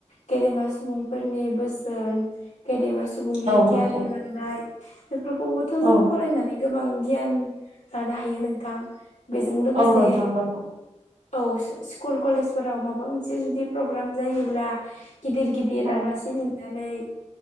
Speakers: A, on the left; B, on the right.
A: गेदेमा सुबुंफोरनि बोसोन गेदेमा सुबुंनि
B: औ
A: गियान
B: नंगौ
A: होनाय थांनाय बेफोरखौबोथ'
B: औ
A: जों फरायनानै गोबां गियान लानो हायो नोंथां। बेजों लोगोसे
B: औ नोंथां नंगौ
A: औ स्कुल कलेजफोराव माबा मोनसे जुदि प्रग्राम जायोब्ला गिदिर गिदिर
B: औ
A: आलासि लिंनानै